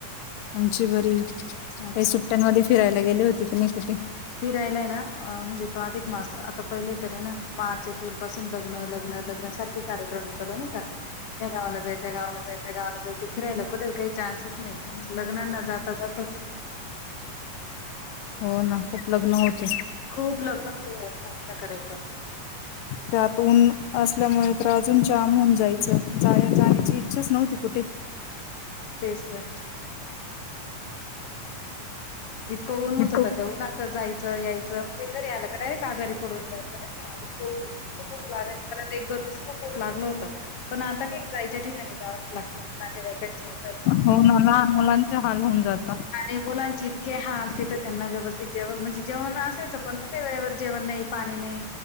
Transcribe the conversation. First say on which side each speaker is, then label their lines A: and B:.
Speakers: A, on the left; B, on the left.
A: आमची बरी ये, काही
B: अच्छा.
A: सुट्ट्यांमध्ये फिरायला गेले होते की नाही कुठे?
B: फिरायलाय ना म्हणजे तो अधिक मास आता पहिले तर हे ना मार्च एप्रिल पासून लग्न लग्न लग्न सारखे कार्यक्रम चालू ना त्या गावाला जाय त्या गावा जाय गावाला जाय फिरायला कुठे काही चान्स नाही लग्ना आता जाताच
A: हो ना खूप लग्न होते
B: खूप लग्न होते यावर्षी आमच्याकडे पण.
A: त्यात <inaudible> ऊन असल्यामुळे तर अजून जाम होऊन जायचं जा जाण्याची इच्छाच नवती कुटे
B: तेच तर इतकं ऊन होतं
A: हो
B: तर उन्हाचं जायचं यायचं म्हणजे घरी आलं डायरेक्ट आजारी पडवून जायचं नाहीका. खूप ऊन लागाय एक दोन व खूप ऊन लागल होत पण आता काय जाय ठिकाणी जावं लागत नातेवाईकांच्या हि
A: हो मला मुलांचा हाल होऊन जात
B: आणि मुलांची इतके हाल तिथं त्यांना व्यवस्थित जेवण म्हणजे जेवण असायचं पण मग काही वेळेवर जेवण नाही पाणी नाही